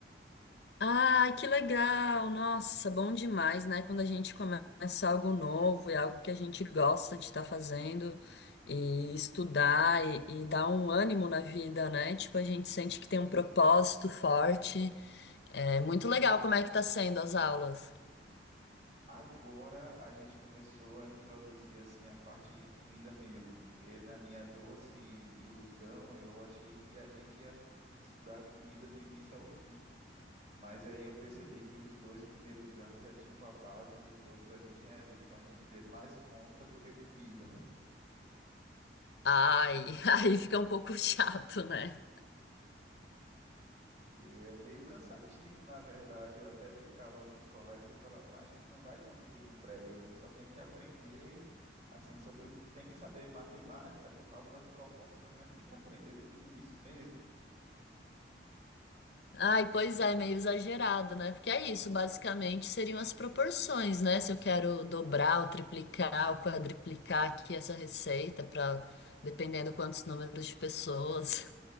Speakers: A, on the left (about 65°); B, on the right (about 40°).
A: Ai, que legal! Nossa, bom demais, né? Quando a gente começa algo novo e algo que a gente gosta de estar fazendo e estudar e, e dar um ânimo na vida, né? Tipo, a gente sente que tem um propósito forte. É muito legal como é que tá sendo as aulas.
B: Agora a gente começou a introduzir assim a parte de comida mesmo, porque na minha doce ilusão eu achei que a gente ia estudar comida do início ao fim. Mas aí eu percebi que os dois primeiros anos é tipo a base de todas as engenharias. Então a gente vê mais conta do que comida.
A: Ai, <laughs> aí fica um pouco chato, né?
B: E é meio cansativo, na verdade. Eu até brincava com os colegas e falava, mas a gente não vai construir um prédio, a gente só tem que aprender assim sobre, tem que saber matemática por causa das proporções, mas tem que aprender tudo isso mesmo.
A: Ai, pois é, meio exagerado, né? Porque é isso, basicamente seriam as proporções, né? Se eu quero dobrar ou triplicar ou quadriplicar aqui essa receita para dependendo quantos números de pessoas.